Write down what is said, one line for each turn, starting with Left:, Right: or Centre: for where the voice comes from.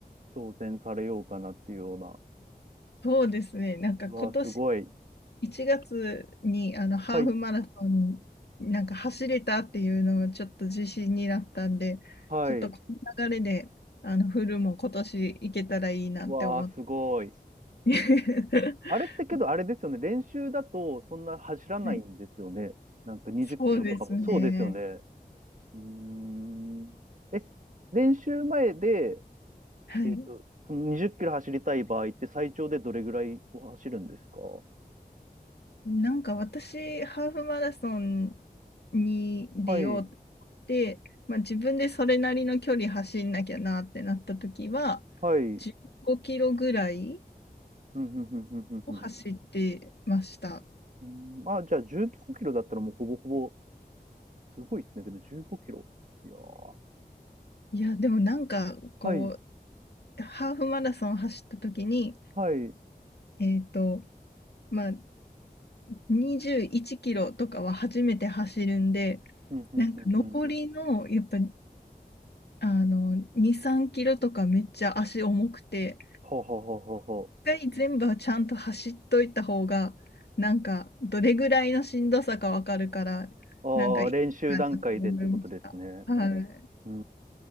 Right: 挑戦されようかなっていうような。
Left: そうですね、なんか今年
Right: うわー、すごい。
Left: 1月にあのハーフマラソンなんか走れたっていうのがちょっと自信になったんで、
Right: はい、はい。
Left: ちょっとこの流れであのフルも今年行けたらいいなって思って。
Right: わー、すごい。
Left: <laughs>
Right: あれってけど、あれですよね。練習だと、そんな走らないんですよね。
Left: はい、
Right: なんか20キロとかも。
Left: そうですね。
Right: そうですよね。うーん。え、練習前で、
Left: はい。
Right: えっと、その20キロ走りたい場合って最長でどれぐらいを走るんですか
Left: なんか私、ハーフマラソンに出ようって、
Right: はい、
Left: まあ、自分でそれなりの距離走んなきゃなってなった時は、
Right: はい。うん、
Left: 15キロぐらい
Right: うん、うん、うん、うんふん。
Left: を走ってました。
Right: うん、あ、じゃあ15キロだったらもうほぼほぼ、すごいですね。けど15キロ。いやー。
Left: いや、でもなんか、こ
Right: はい、
Left: う、ハーフマラソン走った時に、
Right: はい。うん、
Left: えっと、まあ、21キロとかは初めて走るんで、
Right: うん、うん、
Left: なんか残りの、
Right: うん。
Left: やっぱ、あの、2、3キロとかめっちゃ足重くて、
Right: はあはあはあは
Left: 一回全部はちゃんと走っといた方が、なんか、どれぐらいのしんどさかわかるから、
Right: あはあ。
Left: なんかいいかなと思いました。
Right: ああ、練習段階でってことですね。
Left: はい。なん
Right: うー